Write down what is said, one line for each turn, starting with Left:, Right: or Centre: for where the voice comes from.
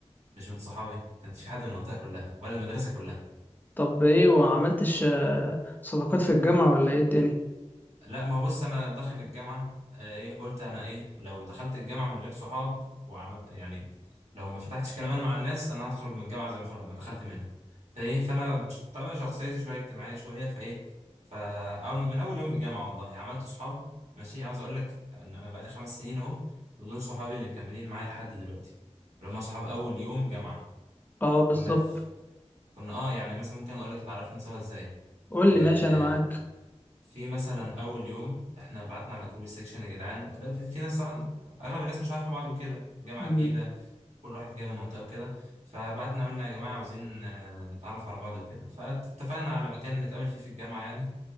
Right: مش من صحابي ما كانش في حد من المنطقه كلها ولا المدرسه كلها
Left: طب ايه وعملتش آه، صداقات في الجامعة ولا ايه الدنيا
Right: لا ما هو بص انا داخل الجامعه آه، ايه قلت انا ايه لو دخلت الجامعه من غير صحاب وعمل يعني لو ما فتحتش كلام انا مع الناس انا هخرج من الجامعه زي ما خرج- ما دخلت منها فايه فانا طبعا شخصيتي شويه اجتماعيه شويه فايه فاول من اول يوم الجامعه والله عملت صحاب ماشي عاوز اقول لك ان انا بقالي خمس سنين اهو ودول صحابي اللي مكملين معايا لحد دلوقتي اللي هم صحاب اول يوم جامعه
Left: اه بالظبط
Right: كنا في كنا اه يعني مثلا ممكن اقول لك اتعرفنا سوا ازاي
Left: قول
Right: آه،
Left: لي ماشي انا معاك
Right: في مثلا اول يوم احنا بعتنا على جروب السكشن يا جدعان لا، في في ناس طبعا اغلب الناس مش عارفه بعض وكده جامعه
Left: مم.
Right: جديده كل واحد جاي من منطقه وكده فبعتنا قلنا يا جماعه عاوزين آه، نتعرف على بعض وكده فاتفقنا على مكان نتقابل فيه في الجامعه يعني